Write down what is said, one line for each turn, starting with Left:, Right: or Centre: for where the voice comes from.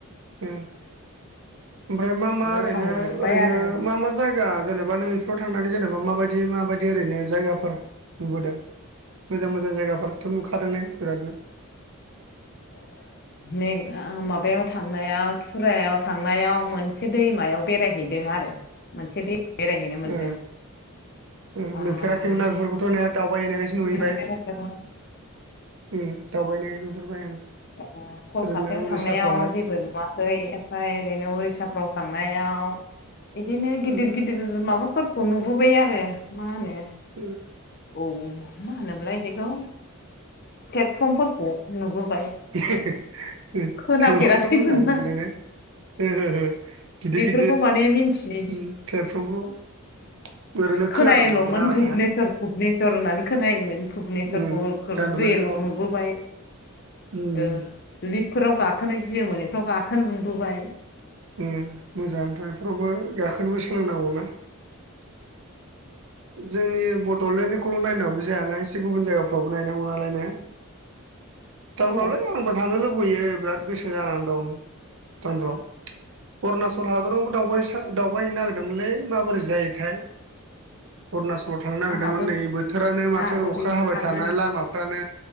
Right: ओ ओमफ्राय मा मा
Left: बेफोराव
Right: ओरैनो
Left: थांबाय
Right: ओरैनो
Left: आरो
Right: मा मा जायगा जेनेबा नों इफोराव थांनानै जेनेबा माबायदि माबायदि ओरैनो जायगाफोर नुबोदों मोजां मोजां जायगाफोरथ' नुखादों ने बिरादनो
Left: <inaudible> मेग माबायाव थांनायाव टुरायाव थांनायाव मोनसे दैमायाव बेरायहैदों आरो मोनसे दै बेरायहैनो मोनदों
Right: ओ ओ
Left: ओमफ्राय
Right: नुफेराखैमोना बेफोरखौथ' नाया दाउ दावबायहैनायखायसो नुहैबाय
Left: औ
Right: ओ दावबायनायखायसो नुहुरबाय आं
Left: अमा कलकातायाव
Right: ओरैनो उरिसाफ्रावलाय
Left: थांनायाव जेबो नुवाखै ओमफाय ओरैनो उरिसाफ्राव थांनायाव बिदिनो गिदिर
Right: उम
Left: गिदिर माबाफोरखौ नुबोबाय आरो मा होनो
Right: <unintelligible>
Left: औ मा होनोमोनलाय बिदिखौ प्लेटफर्मफोरखौ नुबोबाय
Right: <unintelligible> थेवब्लाबोथ'
Left: खोनाफेराखैमोनना
Right: मोजाङानो नुबोदों ने <unintelligible> गिदिर
Left: बेफोरखौ
Right: गिदिर प्लेटफर्मफ्राव
Left: माने मिन्थि
Right: ओरैनो
Left: खोनायोल'मोन
Right: खोनादोंल'मोन आरोना
Left: भुनेस्वर भुनेस्वर होननानै खोनायोमोन भुनेस्वरखौ
Right: उम दा नुबायना
Left: रियेलाव नुबोबाय
Right: उम
Left: ओ लिफफोराव गाखोनो गियोमोन एफ्राव गाखोनो मोनबोबाय
Right: ओ मोजाङानोथ' बेफोरावबो गाखोनोबो सोलोंनांगौना जोंनि बड'लेण्डनिखौल' नायनाबो जायाना एसे गुबुन जायगाफ्रावबो नायनांगौ नालाय ने
Left: <inaudible>
Right: भुटानफ्रावलाय
Left: औ
Right: आंबो थांनो लुबैयो बिराद गोसो जानानै दं भुटानफ्राव अरुणाचल हादरावबो दाव-दावबायहैैनो नागिरदोंमोनलै माबोरै जायोथाय
Left: <inaudible>
Right: अरुणाचलाव थांनो नागिरदोंमोन
Left: आंहाबो
Right: नै बोथोरानो माथो
Left: आंहाबो
Right: अखा
Left: बेहाय
Right: हाबाय
Left: थांनो
Right: थानाय लामाफ्रानो